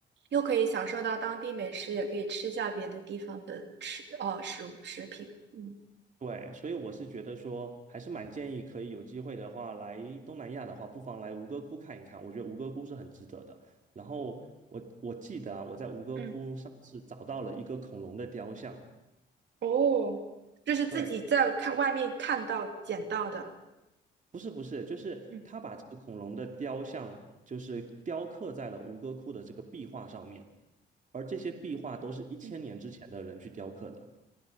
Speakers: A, on the right (about 60°); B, on the right (about 40°).
A: 又可以享受到当地美食，也可以吃下别的地方的吃哦食物食品。嗯
B: 对，所以我是觉得说，还是蛮建议可以有机会的话，来东南亚的话，不妨来吴哥窟看一看。我觉得吴哥窟是很值得的。然后我我记得啊，我在吴哥窟上次找到了一个恐龙的雕像。
A: 嗯，哦，就是自己在看外面看到捡到的。
B: 对，不是不是，就是他把这个恐龙的雕像，
A: 嗯
B: 就是雕刻在了吴哥窟的这个壁画上面，而这些壁画都是一千年之前的人去雕刻的。
A: 嗯，